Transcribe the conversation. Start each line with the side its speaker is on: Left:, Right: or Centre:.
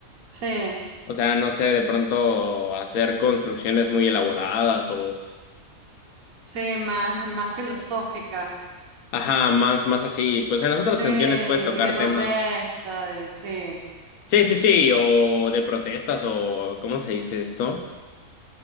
Right: sí,
Left: O sea, no sé, de pronto hacer construcciones muy elaboradas
Right: sí, más, más filosóficas.
Left: Ajá, más, más así. Pues en las
Right: Sí,
Left: otras canciones puedes tocar
Right: y de protesta,
Left: temas.
Right: y sí,
Left: Sí, sí, sí, o de protestas o ¿cómo se dice esto?